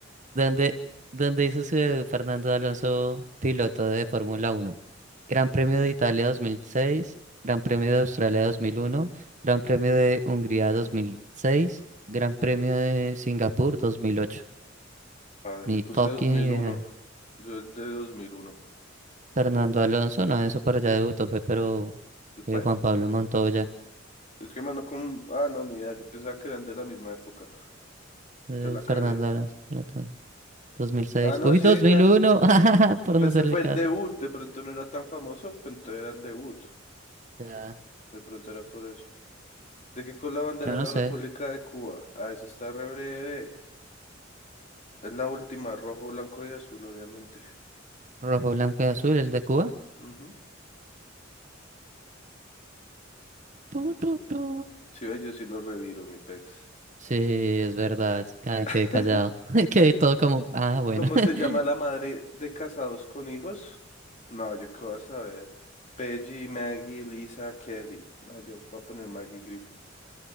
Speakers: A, on the right; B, on the left.
A: ¿Dónde, dónde hizo su debut Fernando Alonso, piloto de Fórmula Uno? Gran Premio de Italia 2006, Gran Premio de Australia 2001, Gran Premio de Hungría 2006, Gran Premio de Singapur 2008.
B: A ver,
A: Ni
B: yo puse
A: fucking
B: 2001.
A: idea.
B: Yo de dos mil uno
A: Fernando Alonso, no, eso para allá debutó, fue, pero
B: ¿Después?
A: eh, Juan Pablo Montoya.
B: Es que, mano, como... Ah, no, ni idea. Yo pensaba que eran de la misma época.
A: eh,
B: Entonces la
A: Fernando
B: cagué.
A: Alonso, espérate, 2006.
B: Ah, no,
A: Uy,
B: sí,
A: 2001,
B: ja.
A: <laughs> por
B: Pues
A: no hacerle
B: ese fue
A: caso.
B: el debut. De pronto no era tan famoso, pero entonces era el debut.
A: Ya,
B: De pronto era por eso. ¿De qué color la bandera
A: yo
B: de
A: no
B: la
A: sé.
B: República de Cuba? Ah, esa está re breve. Es la última, rojo, blanco y azul, obviamente.
A: Rojo, blanco y azul, el de Cuba.
B: Ujú.
A: Tu, tu, tu.
B: Sí, ve, yo sí lo reviro, mi pex.
A: Sí, es verdad. ca-
B: <laughs>
A: quedé callado. <laughs> Quedé todo como, ah, bueno.
B: ¿Cómo se llama
A: <laughs>
B: la madre de casados con hijos? No, yo qué voy a saber. Peggy, Maggie, Lisa, Kelly. No, yo voy a poner Maggie Griffin.